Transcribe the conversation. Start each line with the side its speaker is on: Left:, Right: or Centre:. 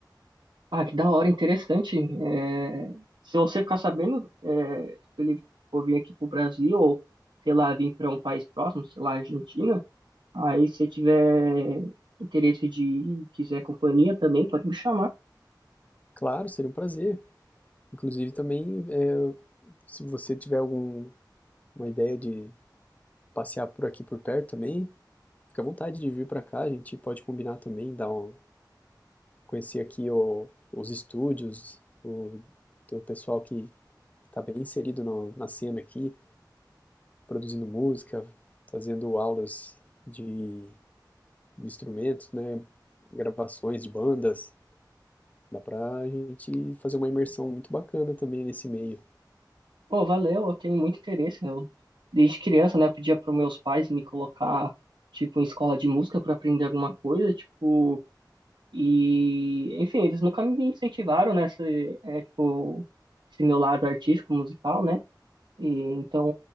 Right: Ah, que da hora, interessante. É, se você ficar sabendo, é, se ele for vir aqui pro Brasil, ou sei lá, vir para um país próximo, sei lá, Argentina, aí se você tiver interesse de ir, quiser companhia também, pode me chamar.
Left: Claro, seria um prazer. Inclusive também, é, se você tiver algum uma ideia de passear por aqui por perto também, fica à vontade de vir para cá. A gente pode combinar também, dar um, conhecer aqui o- os estúdios, o, tem o pessoal que está bem inserido no- na cena aqui, produzindo música, fazendo aulas de, de instrumentos, né? Gravações de bandas. Dá pra gente fazer uma imersão muito bacana também nesse meio.
Right: Pô, valeu, eu tenho muito interesse. Eu, desde criança, né, eu pedia para meus pais me colocar, tipo, em escola de música para aprender alguma coisa, tipo. E, enfim, eles nunca me incentivaram nessa, é, tipo, esse meu lado artístico, musical, né? E, então,